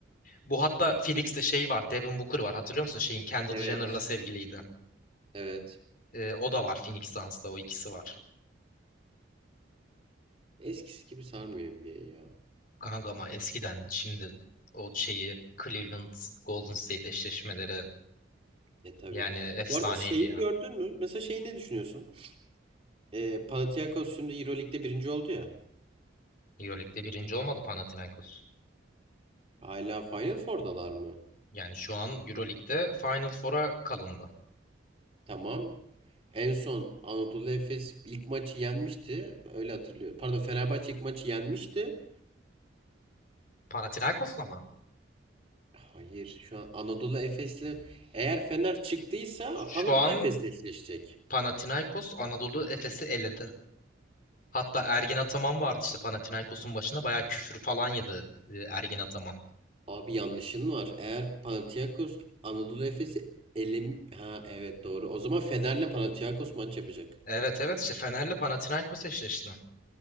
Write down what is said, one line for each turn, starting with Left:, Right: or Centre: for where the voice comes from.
Left: Bu hatta Phoenix'te şey var. Devin Booker var. Hatırlıyor musun? Şeyin Kendall
Right: Evet.
Left: Jenner'la sevgiliydi.
Right: Evet.
Left: Ee, o da var Phoenix Suns'ta. O ikisi var.
Right: Eskisi gibi sarmıyor NBA ya.
Left: Kanka ama eskiden şimdi o şeyi Cleveland Golden State eşleşmeleri
Right: E tabii.
Left: yani efsaneydi
Right: Bu arada şeyi
Left: ya.
Right: gördün mü? Mesela şeyi ne düşünüyorsun? E, Panathinaikos şimdi Euroleague'de birinci oldu ya.
Left: Euroleague'de birinci olmadı Panathinaikos.
Right: Hala Final Four'dalar mı?
Left: Yani şu an Euroleague'de Final Four'a kalındı.
Right: Tamam. En son Anadolu Efes ilk maçı yenmişti. Öyle hatırlıyorum. Pardon Fenerbahçe ilk maçı yenmişti.
Left: Panathinaikos'la mı?
Right: Hayır, şu an Anadolu Efes'le eğer Fener çıktıysa
Left: Şu
Right: Anadolu
Left: an
Right: Efes'le eşleşecek.
Left: Panathinaikos Anadolu Efes'i eledi. Hatta Ergin Ataman vardı işte Panathinaikos'un başında bayağı küfür falan yedi e, Ergin Ataman.
Right: Abi yanlışın var. Eğer Panathinaikos Anadolu Efes'i elim ha evet doğru. O zaman Fener'le Panathinaikos maç yapacak.
Left: Evet evet işte Fener'le Panathinaikos eşleşti.